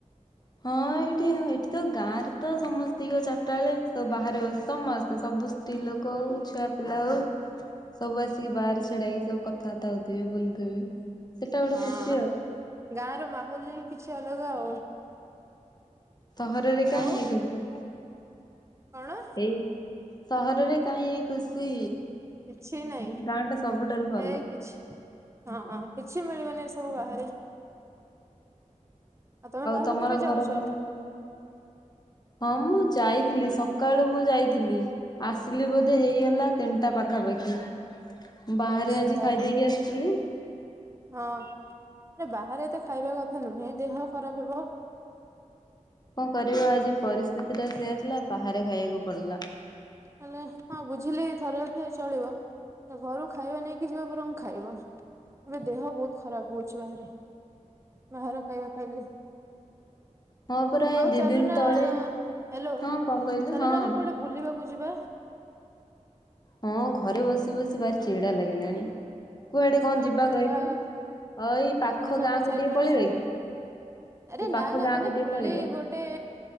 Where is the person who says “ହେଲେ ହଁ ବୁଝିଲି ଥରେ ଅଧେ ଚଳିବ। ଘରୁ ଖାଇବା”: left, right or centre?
Right